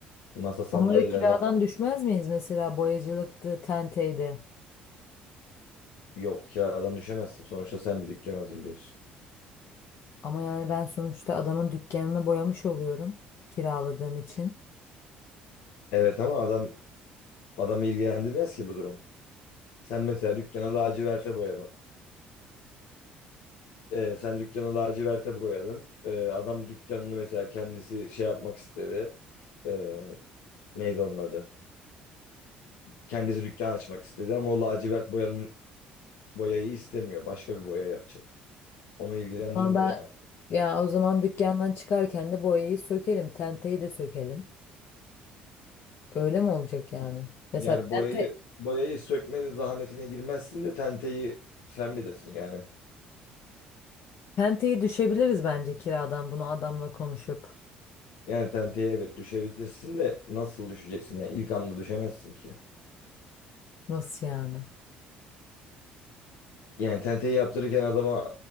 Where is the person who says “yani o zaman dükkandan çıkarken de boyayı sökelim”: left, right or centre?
Left